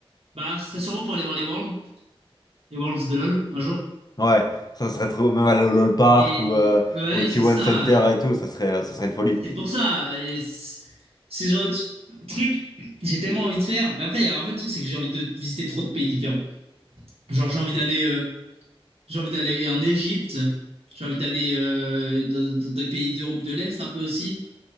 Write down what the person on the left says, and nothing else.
Ouais, ça serait trop... Même à l'Olol Park
ou euh,
au T1
Center et tout, ça serait, euh, ça serait une folie.